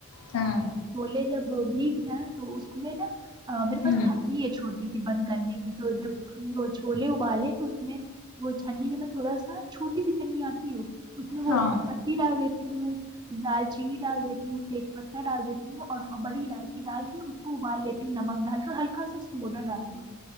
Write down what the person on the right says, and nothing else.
بولے جب تو اس میں نا میرے
پاس نہیں ہے چھوڑ <unintelligible> کرنے کی تو جب چھولے وعلیک اس میں میں تھوڑا سا چھوٹی سی تنی اتی ہوں <unintelligible>
دارچینی ڈال دیتی ہوں تیری پتھر ڈال دیتی ہوں اور بڑی الائچی ڈال کے اس کو ابال لیتی ہوں نمک ڈال کر ہلکا سا اس کو گودا ڈال دو